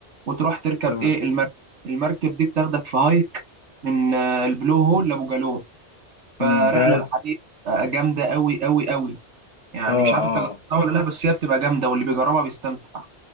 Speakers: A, on the right; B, on the left.
A: وتروح تركب
B: تمام
A: ايه المركب المركب دي بتاخدك في هايك من آه، البلو هول لابو جالوم فرحله
B: امم ده
A: بحريه آه، جامده قوي قوي قوي يعني
B: اه
A: مش عارف انت
B: اه
A: جربتها ولا لا بس هي بتبقى جامده واللي بيجربها بيستمتع